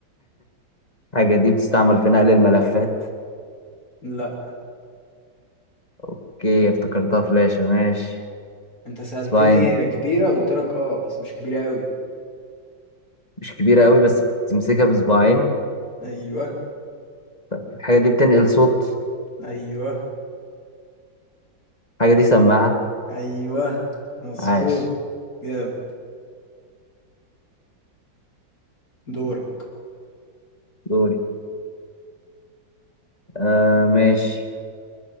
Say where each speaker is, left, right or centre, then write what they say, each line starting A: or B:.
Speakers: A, on the left (about 20°); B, on the left (about 50°).
A: حاجة دي بتستعمل في نقل الملفات
B: لا
A: اوكي افتكرتها فلاشة ماشي
B: انت سألتني
A: صباعين
B: كبيرة قلت لك اه بس مش كبيرة قوي
A: مش كبيرة قوي بس بتمسكها بصباعين
B: ايوه
A: الحاجة دي بتنقل صوت
B: ايوه
A: الحاجة دي سماعة
B: ايوه مظبوط
A: عاش
B: جامد دورك
A: دوري آه ماشي